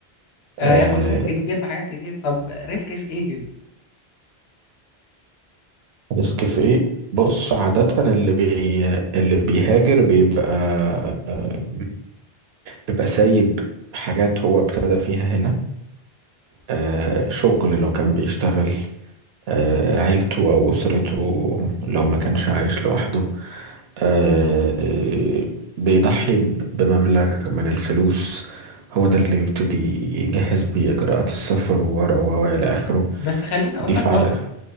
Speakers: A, on the left; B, on the right.
A: آه،
B: آه
A: ياخد ريسك كبير بحاجات كتير طب ريسك في ايه كده
B: ريسك في إيه؟ بص عادة اللي بي... اللي بيهاجر بيبقى آه، بيبقى سايب حاجات هو ابتدى فيها هنا آه شغل لو كان بيشتغل آه عيلته أو أسرته لو ما كانش عايش لوحده آه، بيضحي بمبلغ من الفلوس هو ده اللي بيبتدي يجهز بيه إجراءات السفر وورقه و إلى آخره
A: بس خليني اقول
B: ضيف
A: لك برضو
B: على